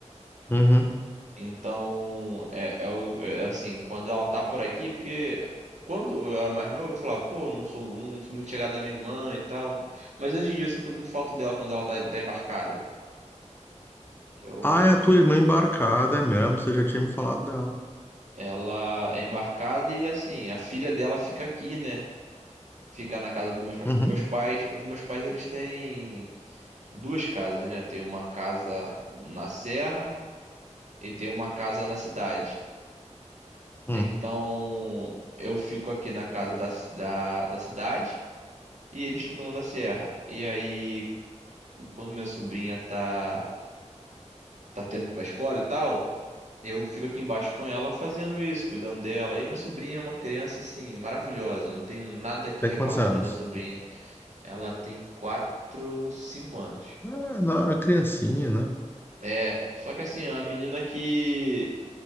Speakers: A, on the left (about 15°); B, on the right (about 70°).
A: Uhum.
B: Então, é, é o- é assim, quando ela tá por aqui, porque quando eu era mais novo, eu falava, pô, não sou, não sou muito chegada da minha irmã e tal. Mas hoje em dia eu sinto muito falta dela quando ela tá, tá embarcada. Eu
A: Ah,
B: sinto
A: é a tua
B: muito
A: irmã
B: essa.
A: embarcada, é mesmo? Você já tinha me falado dela.
B: Ela é embarcada e assim, a filha dela fica aqui, né? fica na casa dos meus pais.
A: Uhum.
B: Para meus pais, os meus pais eles têm duas casas, né? Tem uma casa na serra e tem uma casa na cidade.
A: Hum.
B: Então eu fico aqui na casa da, ci- da, da cidade e eles ficam na da serra. E aí, quando minha sobrinha tá, tá tendo que ir pra escola e tal. Eu fico aqui embaixo com ela fazendo isso, cuidando dela. E minha sobrinha é uma criança assim, maravilhosa. Eu não tenho nada que
A: Tem
B: reclamar
A: quantos anos?
B: da minha sobrinha. Ela tem quatro, cinco anos.
A: Ah, não, era criancinha, né?
B: É, só que assim, a menina que,